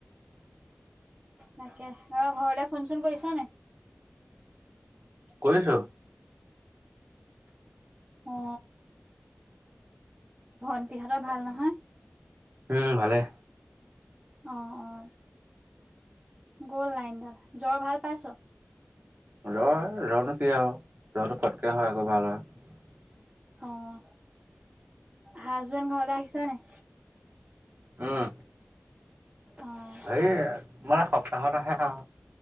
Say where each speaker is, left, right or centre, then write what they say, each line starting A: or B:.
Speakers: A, on the right (about 25°); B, on the right (about 50°).
A: তাকে অ ঘৰলে ফোন চোন কৰিছ নাই?
B: কৰিছো
A: অ ভন্টিহঁতৰ ভাল নহয়?
B: উম ভালে।
A: অ অ গ'ল লাইনডাল। জ্বৰ ভাল পাইছ?
B: ৰ জৰনো কি আৰু জৰটো পটকে হয় আকৌ ভাল হয়। <unintelligible>
A: অঁ হাজবেণ্ড ঘৰলে আহিছা নে?
B: উম।
A: অ',
B: হেই মানে সপ্তাহত আহে আও